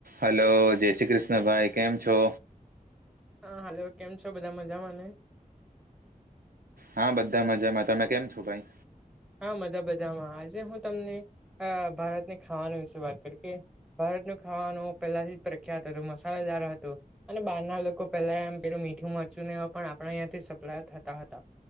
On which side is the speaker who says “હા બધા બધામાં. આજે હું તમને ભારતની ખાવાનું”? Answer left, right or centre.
Centre